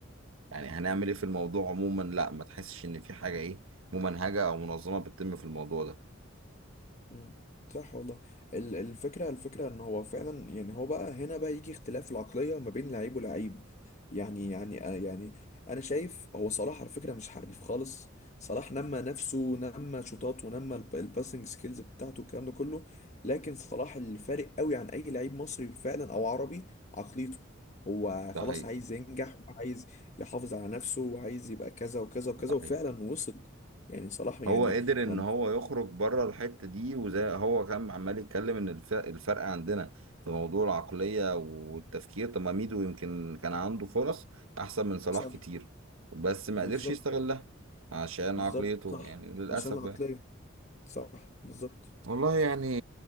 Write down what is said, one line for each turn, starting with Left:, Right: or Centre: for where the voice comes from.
Right: يعني هنعمل ايه في الموضوع عموما لا ما تحسش ان في حاجه
Left: صح.
Right: ايه ممنهجه او منظمه بتتم في الموضوع ده
Left: مم. صح والله ال- الفكرة الفكرة ان هو فعلا يعني هو بقى هنا بقى يجي اختلاف العقلية ما بين لعيب ولعيب يعني يعني آه يعني انا شايف هو صلاح على فكرة مش حريف خالص صلاح نمى نفسه نمى شوطات ونمى الب- الباسنج سكيلز بتاعته الكلام ده كله لكن صلاح الفارق قوي عن اي لعيب مصري فعلا او عربي عقليته هو
Right: ده
Left: خلاص
Right: حقيقي
Left: عايز ينجح وعايز يحافظ على نفسه وعايز يبقى كذا وكذا وكذا
Right: ده حقيقي
Left: وفعلا وصل يعني صلاح يعني
Right: هو قدر ان
Left: ما
Right: هو يخرج بره الحته دي وزي هو كان عمال يتكلم ان الف- الفرق عندنا في موضوع العقليه والتفكير طب ما ميدو يمكن كان عنده فرص احسن من صلاح
Left: صح
Right: كتير بس ما
Left: بالظبط
Right: قدرش يستغلها عشان
Left: بالظبط
Right: عقليته
Left: صح
Right: يعني للاسف
Left: عشان العقلية
Right: يعني.
Left: صح بالظبط
Right: والله يعني